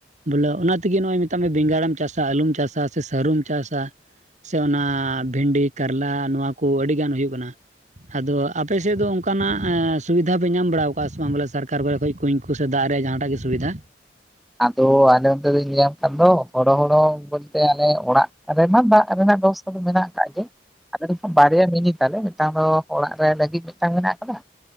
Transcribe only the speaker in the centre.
ᱟᱫᱚ ᱟᱞᱮ ᱚᱱᱛᱮ ᱫᱚᱧ ᱞᱟᱹᱭᱟᱢ ᱠᱟᱱ ᱫᱚ ᱦᱚᱲᱚ ᱦᱚᱲᱚ ᱵᱚᱞᱛᱮ ᱟᱞᱮ ᱚᱲᱟᱜ ᱨᱮᱢᱟ ᱫᱟᱜ ᱨᱮᱱᱟᱜ ᱵᱮᱵᱚᱥ ᱫᱚ ᱢᱮᱱᱟᱜ ᱟᱠᱟᱫ ᱜᱮ ᱟᱫᱚ ᱡᱚᱠᱷᱚᱱ ᱵᱟᱨᱭᱟ ᱢᱤᱱᱤ ᱛᱟᱞᱮ ᱢᱤᱫᱴᱟᱝ ᱫᱚ ᱚᱲᱟᱜ ᱨᱮ ᱞᱟᱹᱜᱤᱫ ᱢᱤᱫᱴᱟᱝ ᱢᱮᱱᱟᱜ ᱟᱠᱟᱫᱟ᱾